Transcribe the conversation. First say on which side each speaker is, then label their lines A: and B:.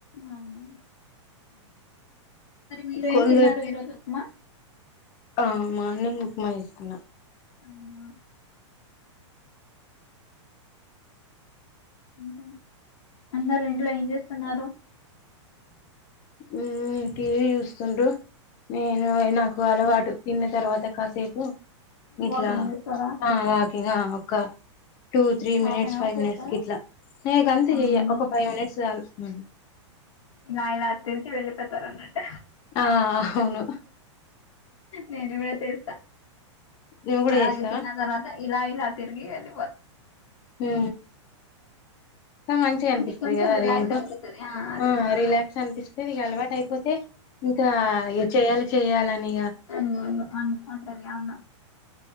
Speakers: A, on the left; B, on the left.
A: అవు మరి మీరు
B: కొందరు
A: ఏం తిన్నారు ఈరోోజుమా
B: ఆ మార్నింగ్ ఉప్మా వేసుకున్నా
A: అనా ఇంకా అన్నారు ఇంట్లో ఏం చేస్తున్నారు
B: ఉ టీవీ చూస్తుండ్రడు నేను నాకు అలవాటు తిన్న తర్వాత కాసేపు ఇట్లా
A: వాకింగ్ చేస్తారా
B: వాకింగ్ ఒక two three
A: half
B: minutes
A: an hour
B: five
A: చేస్తారా
B: minutes కి ఇట్లా న గంత
A: అవునా
B: చెయ్య ఒక ఫైవ్ మినిట్స్ చాల హ
A: నా ఇలా అ తెర్చ వెళ్ళిపోతారు అన్నట్ట
B: ఆ అవును
A: నేను బీడతే ఇస్తా
B: నువ్వు కూడా
A: అలాగే
B: చేస్తావా
A: తిన్న తర్వాత ఇలా ఇలా తిర్గి అలి
B: ఇ మంచిగా అనిపిస్తుది
A: అంటే కొంచెం
B: కదా
A: రిలాక్స్
B: అద ఏంటో
A: అనిపిస్తది అదే
B: ఆ రిలాక్స్ అనిపిస్తుంది ఇక అలవాటు అయిపోతే ఇంకా ఇ చేయాలి చేయ్యాలని
A: అంటది అవును